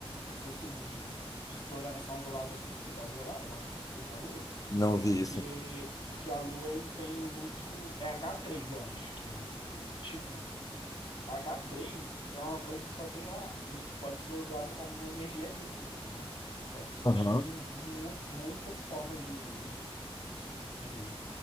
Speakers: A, on the left; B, on the left.
A: Não sei se você viu, de, de exploração do lado oculto da Lua lá, o lado escuro da Lua.
B: Não vi
A: Porque,
B: isso.
A: porque a Lua ele tem muito. É h três eu acho, que é o tipo. h três é uma coisa que só tem lá e pode ser usado como uma energia limpa, entendeu? Pode substituir
B: Aham.
A: mu muitas formas de, de, de